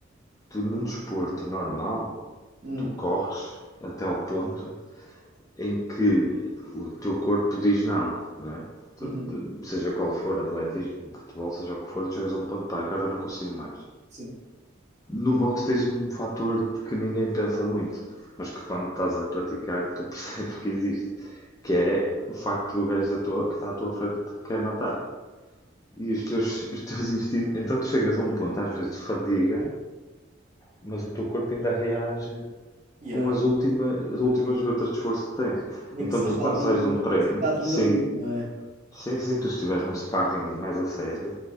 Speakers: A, on the left; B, on the right.
A: Tu num desporto normal,
B: Uhum,
A: tu corres até ao ponto em que o teu corpo diz não, não é? Tu-
B: uhum,
A: tu- Seja qual for, atletismo, futebol, seja o que for, tu chegas a um ponto, pá, agora não consigo mais.
B: sim.
A: No boxe tens um fator que ninguém pensa muito, mas que quando estás a praticar tu <laughs> percebes que existe, que é o facto do gajo da tua- que está à tua frente que quer matar. E os teus, os teus instintos. Então tu chegas a um ponto, às vezes, de fadiga, mas o teu corpo ainda reage
B: Yeah.
A: com as últimas, as últimas gotas de esforço que tens.
B: Nem
A: Então,
B: que seja
A: tu, quando
B: ali,
A: sais
B: nem
A: de
B: que
A: um treino,
B: seja adrenalina,
A: sim,
B: não é?
A: sim, sim, tu se estiveres num sparring mais a sério,